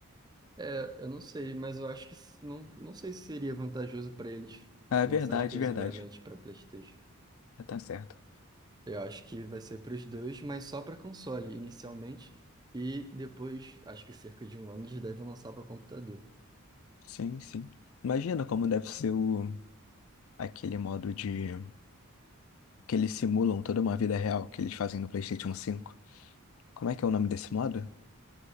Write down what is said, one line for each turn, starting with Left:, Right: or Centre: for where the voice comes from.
Right: É, eu não sei, mas eu acho que s- não, não sei se seria vantajoso para eles
Left: Ah, É
Right: lançar
Left: verdade,
Right: exclusivamente
Left: verdade.
Right: para PlayStation.
Left: Ah, Tá certo.
Right: Eu acho que vai ser para os dois, mas só para console inicialmente e depois, acho que cerca de um ano eles devem lançar para computador.
Left: Sim, sim. Imagina como deve ser o aquele modo de que eles simulam toda uma vida real que eles fazem no PlayStation 5. Como é que é o nome desse modo?